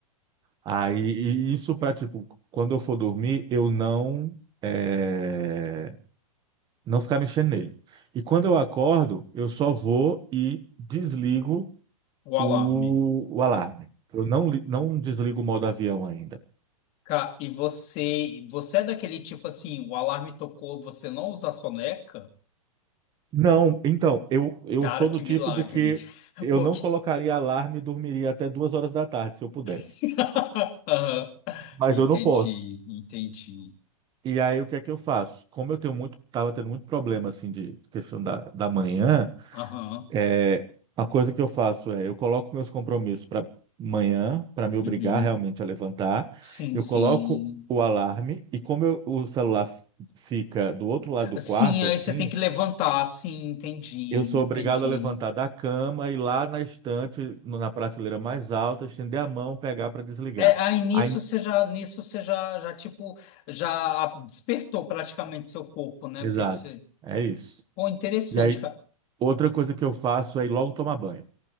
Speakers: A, on the right; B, on the left.
A: Aí, e isso para, tipo, quando eu for dormir, eu não. eh, não ficar mexendo nele. E quando eu acordo, eu só vou e desligo
B: O
A: o,
B: alarme.
A: o alarme. Eu não, li- não desligo o modo avião ainda.
B: Ca- E você, você é daquele tipo assim, o alarme tocou, você não usa a soneca?
A: Não, então, eu, eu
B: Cara,
A: sou
B: que
A: do
B: milagre.
A: tipo de que
B: <laughs>
A: eu
B: porque
A: não colocaria alarme e dormiria até duas horas da tarde, se eu pudesse.
B: <laughs> Aham.
A: Mas
B: Entendi,
A: eu não posso.
B: entendi.
A: E aí, o que é que eu faço? Como eu tenho muito, estava tendo muito problema, assim, de questão da, da manhã,
B: Aham.
A: É, a coisa que eu faço é, eu coloco meus compromissos para manhã, para me obrigar
B: Uhum.
A: realmente a levantar.
B: Sim,
A: Eu
B: sim.
A: coloco o alarme e como eu- o celular f- fica do outro lado do
B: Sim,
A: quarto,
B: aí
A: assim,
B: você tem que levantar, sim, entendi,
A: eu sou
B: entendi.
A: obrigado a levantar da cama, ir lá na estante, no- na prateleira mais alta, estender a mão, pegar para desligar.
B: É, aí nisso
A: Aí,
B: você já, nisso você já, já tipo, já despertou praticamente seu corpo, né?
A: exato,
B: Porque você...
A: é isso.
B: Pô, interessante,
A: E aí,
B: cara.
A: outra coisa que eu faço é ir logo tomar banho.